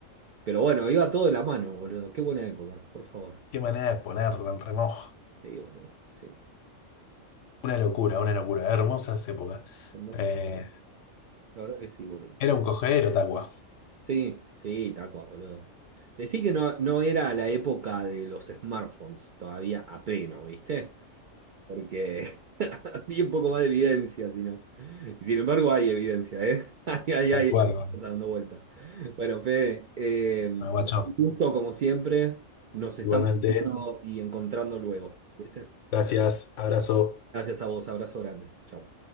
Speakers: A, on the right; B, on the left.
A: Pero bueno, iba todo de la mano, boludo. Qué buena época, por favor.
B: Qué manera de ponerlo en remojo.
A: Sí, boludo. Sí,
B: Una locura, una locura. Hermosas épocas.
A: hermosas.
B: Eh,
A: La verdad que sí, boludo.
B: era un cogedero, Tacua.
A: Sí, sí, Tacua, boludo. Decí que no, no era la época de los smartphones todavía a pleno, ¿viste? Porque <laughs> había un poco más de evidencia, si no. Y sin embargo, hay evidencia, ¿eh? <laughs> Hay, hay,
B: Tal
A: hay,
B: cual,
A: está dando vuelta. Bueno, Fede, eh,
B: guacho.
A: un gusto como siempre. Nos estamos
B: Igualmente,
A: viendo y encontrando luego. ¿te parece?
B: gracias, abrazo.
A: Gracias a vos, abrazo grande. Chau.